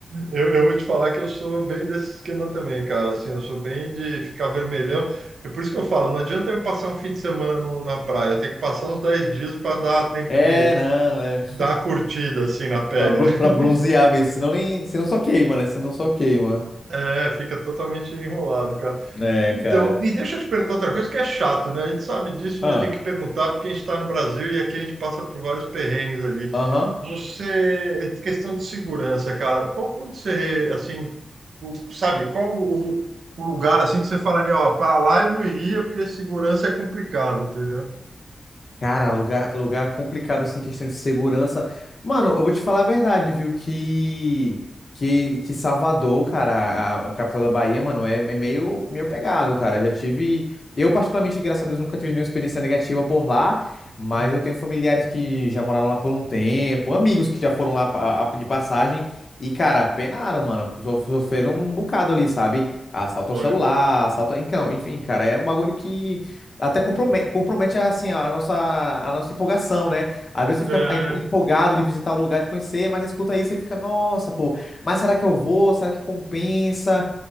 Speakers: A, on the right (about 85°); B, on the left (about 40°).
A: eu, eu vou te falar que eu sou bem desse esquema também, cara. Assim, eu sou bem de ficar vermelhão. É por isso que eu falo, não adianta eu passar um fim de semana no- na praia. Eu tenho que passar uns 10 dias para dar tempo
B: É,
A: de
B: não, é.
A: dar a curtida assim na pele,
B: Pra, bro-
A: né? <laughs>
B: pra bronzear mesmo. Senão nem. Senão só queima, né? Senão só queima.
A: É, fica totalmente enrolado, cara.
B: É,
A: Então,
B: cara.
A: e deixa eu te perguntar outra coisa que é chato, né? A gente sabe disso,
B: Ah,
A: mas tem que perguntar porque a gente está no Brasil e aqui a gente passa por vários perrengues ali.
B: Aham.
A: Você, questão de segurança, cara, qual quando você, assim, o- sabe, qual o, o lugar, assim, que você falaria, ó, para lá eu não iria porque segurança é complicado, entendeu?
B: Cara, lugar, lugar complicado, assim, questão de segurança. Mano, eu vou te falar a verdade, viu? Que, que, que Salvador, cara, a, a capital da Bahia, mano, é, é meio, meio pegado, cara. Já tive. Eu, particularmente, graças a Deus, nunca tive nenhuma experiência negativa por lá, mas
A: Uhum.
B: eu tenho familiares que já moraram lá por um tempo, amigos que já foram lá pa- a- de passagem. E, cara, penaram, mano. so- Sofreram um bocado ali, sabe? Assalto
A: Olha,
B: ao celular, assalto. Então, enfim, cara, é um bagulho que. Até compromete, compromete assim, a nossa, a nossa empolgação, né? Às vezes você fica
A: é,
B: empo- empolgado de visitar o lugar, de conhecer, mas escuta aí, você fica, nossa, pô, mas será que eu vou? Será que compensa?